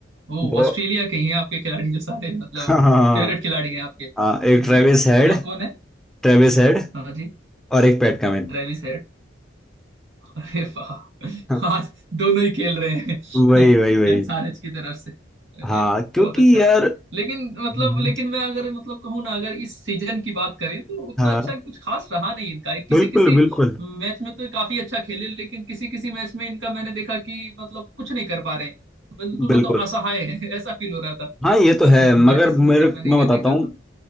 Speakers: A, on the right (about 70°); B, in the centre.
A: ओ
B: वो
A: ऑस्ट्रेलिया के ही हैं आपके खिलाड़ी जो सारे मतलब
B: <laughs> हाँ हाँ
A: फेवरेट खिलाड़ी हैं आपके अरे
B: हाँ, एक ट्रेविस
A: वाह
B: हेड
A: कौन कौन है
B: ट्रेविस हेड
A: हाँ जी
B: और एक पैट कमिंस
A: Travis Head अरे वाह
B: <laughs>
A: आज दोनों ही खेल रहे हैं <laughs>
B: वही वही वही
A: एसआरएच की तरफ से अरे
B: हाँ
A: वाह,
B: क्योंकि
A: बहुत अच्छा है
B: यार
A: लेकिन
B: हम्म।
A: मतलब लेकिन मैं अगर मतलब कहूँ ना अगर इस सीजन की बात करें तो उतना
B: हाँ
A: अच्छा कुछ खास रहा नहीं इनका किसी
B: बिल्कुल
A: किसी
B: बिल्कुल
A: मैच में तो ये काफी अच्छा खेले लेकिन किसी किसी मैच में इनका मैंने देखा कि मतलब कुछ नहीं कर पा रहे हैं बिल्कुल
B: बिल्कुल
A: मतलब असहाय है <laughs> ऐसा फील हो रहा था
B: हाँ ये
A: कुछ कुछ
B: तो है
A: मैचेस
B: मगर मेरे
A: में जब मैंने
B: मैं
A: इन्हें
B: बताता
A: देखा
B: हूँ
A: तो